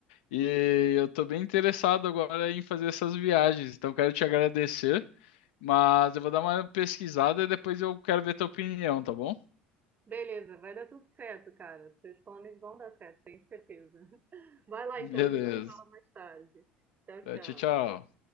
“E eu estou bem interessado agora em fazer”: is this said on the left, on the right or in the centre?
Left